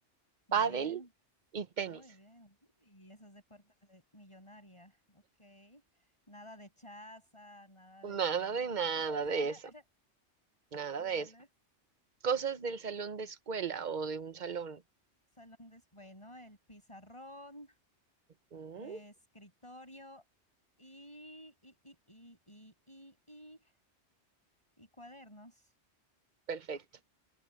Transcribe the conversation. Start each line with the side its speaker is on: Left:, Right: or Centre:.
Left: Muy
Right: pádel
Left: bien,
Right: y tenis.
Left: muy bien. Y esos deportes de millonaria. Ok. Nada de chaza, nada de,
Right: Nada
Left: vainas.
Right: de nada de
Left: <laughs>
Right: eso. Nada
Left: Le
Right: de
Left: dale.
Right: eso. Cosas del salón de escuela o de un salón.
Left: Salón <laughs> de, bueno, el pizarrón,
Right: Mm,
Left: eh, escritorio y, y, y, y, y, y, y, y cuadernos.
Right: perfecto.